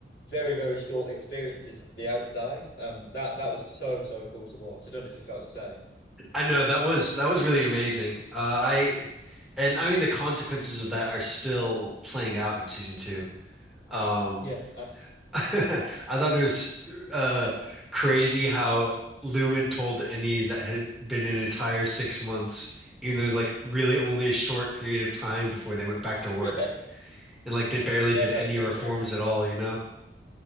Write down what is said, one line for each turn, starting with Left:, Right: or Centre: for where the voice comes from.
Left: very, very short experiences of the outside. Um, that that was so so cool to watch. I don't know if you felt the same.
Centre: I know that was that was really amazing. Uh I and I mean the consequences of that are still playing out in season two. Um
Left: Yeah, absolutely.
Centre: <laughs> I thought it was uh, crazy how Lumen told Ennis that had been an entire six months, even though it was like really only a short period of time before they went back to work.
Left: <laughs> Yeah,
Centre: And like they barely
Left: yeah.
Centre: did
Left: No,
Centre: any
Left: it's so
Centre: reforms
Left: true.
Centre: at all, you know?